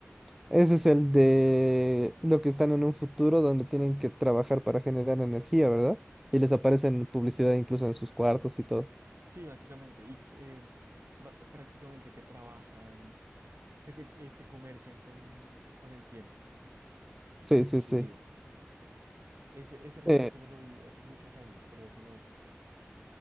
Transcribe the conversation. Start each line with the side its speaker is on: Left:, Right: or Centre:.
Centre: Ese es el de lo que están en un futuro donde tienen que trabajar para generar energía, ¿verdad? Y les aparecen publicidad incluso en sus cuartos y todo.
Right: Sí, básicamente. Y que eh, ba- prácticamente que trabajan, o sea, que, eh, que comercian con, con el tiempo
Centre: Sí,
Right: de
Centre: sí,
Right: su
Centre: sí.
Right: vida. Ese, ese recuerdo
Centre: Sí,
Right: que me lo vi hace muchos años, por ahí hace unos